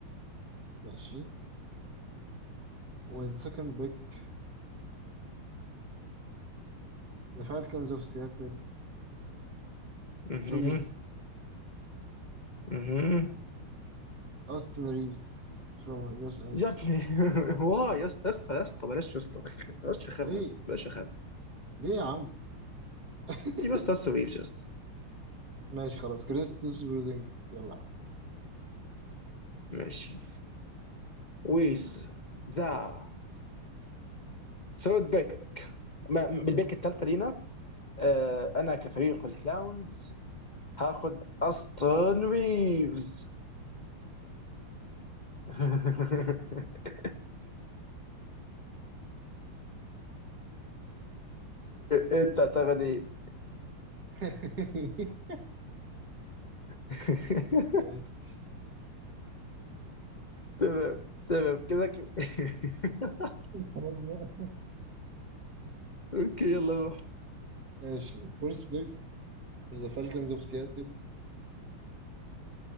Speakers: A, on the right; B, on the left.
A: ماشي والسكند بيك ذا فالكنز اوف سياتل
B: اها
A: تشوز
B: اها
A: اوستن ريفز from Los Angeles
B: يا ابني <laughs> واي يا اسطى يا اسطى يا اسطى بلاش يا اسطى بلاش رخامه
A: ليه
B: يا اسطى بلاش رخامه
A: ليه يا عم <laughs>
B: في بس تاسو ريفز يا اسطى
A: ماشي خلاص كريستوس بروزينجس يلا يا عم
B: ماشي ويز ذا سوت بيك ما- بالبيك
A: تمام.
B: الثالثه لينا آه، انا كفريق الكلاونز هاخد استون ريفز <laughs> انت تعتقد ايه؟
A: <laughs>
B: <laughs>
A: ماشي
B: تمام تمام كده كده <laughs>
A: خلاص بقى
B: اوكي يلا روح
A: ماشي فورس بيك ذا فالكنز اوف سياتل